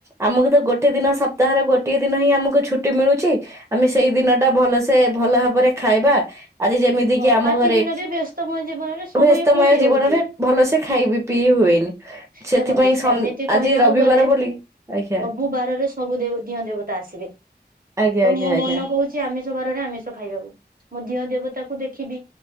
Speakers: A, on the right (about 15°); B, on the right (about 55°).
A: ଆମକୁ ତ ଗୋଟେ ଦିନ ସପ୍ତାହର ଗୋଟେ ଦିନ ହିଁ ଆମକୁ ଛୁଟି ଛୁଟି ମିଳୁଛି ଆମେ ସେଇ ଦିନ ଟା ଭଲସେ ଭଲ ଭାବରେ ଖାଇବା। ଆଜି ଯେମିତି
B: ହଁ
A: କିି ଆମ
B: ବାକି
A: ଘରେ
B: ଦିନରେ ବ୍ୟସ୍ତମୟ ଜୀବନରେ ସମୟ
A: ବ୍ୟସ୍ତମୟ
B: କୋଉଠି
A: ଜୀବନରେ
B: ହଉଛି
A: ଭଲସେ ଖାଇବି ପିଇ ହୁଏନି। ସେଥିପାଇଁ
B: ଦେଖନ୍ତୁ ସେମିତି
A: ସନ୍
B: କହିବାକୁ
A: ଆଜି ରବିବାର
B: ଗଲେ
A: ବୋଲି ଆଜ୍ଞା।
B: ସବୁ ବାରରେ ସବୁ ଦେ ଦିଅଁ ଦେବତା ଆସିବେ
A: ଆଜ୍ଞା
B: ତ
A: ଆଜ୍ଞା
B: ମୋ
A: ଆଜ୍ଞା।
B: ମନ କହୁଛି ଛି ଆମିଷ ବାରରେ ଆମିଷ ଖାଇବାକୁ ମୁଁ ଦିଅଁ ଦେବତାକୁ ଦେଖିବି